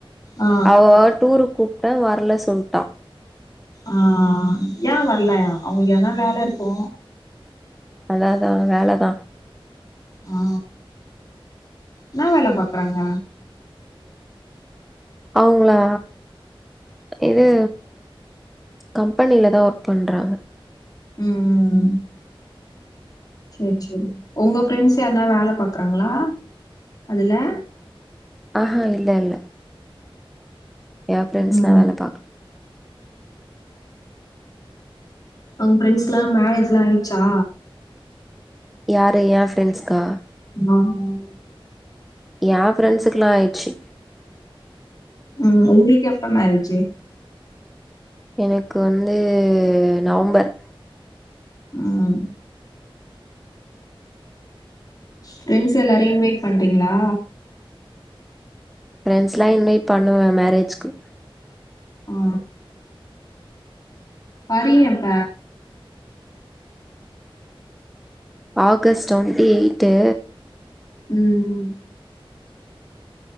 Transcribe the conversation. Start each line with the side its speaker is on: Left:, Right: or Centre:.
Left: ஆ
Centre: அவோ டூருக்கூப்ட்டா வர்ல சொல்ட்டா
Left: ஆ ஏன் வர்லயா அவுங்ளுக் எனா வேல இருக்கு
Centre: அதா அதா வேலதா
Left: ஆ இனா வேல பாக்குறாங்க
Centre: அவுங்ளா இது கம்பெனில தா ஒர்க் பண்றாங்க
Left: ம் சேர் சேரி ஒங்க ஃப்ரெண்ட்ஸ் யார்னா வேல பாக்றாங்ளா அதுல
Centre: ஆஹா இல்ல இல்ல யா ஃப்ரெண்ஸ்லாம்
Left: ம்
Centre: வேல பாக்
Left: ஒங்க ஃப்ரெண்ட்ஸ் எல்லா மேரஜ்லாம் ஆயிச்சா
Centre: யாரு யா ஃப்ரெண்ட்ஸ்க்கா
Left: நோ நோ நோ
Centre: யா ஃப்ரெண்ட்ஸுக்குலா ஆயிச்சு
Left: ம் ஒங்ளுக்கு எப்ப மேரேஜு
Centre: எனக்கு வந்து நவொம்பர்
Left: ம் ஃப்ரெண்ஸ் எல்லாரையு இன்வைட் பண்றீங்ளா
Centre: ஃப்ரெண்ட்ஸ்லா இன்வைட் பண்ணுவே மேரேஜ்க்கு
Left: ஆ பறி எப்ப
Centre: ஆகஸ்ட் டுவெண்ட்டி எய்த்து
Left: ம்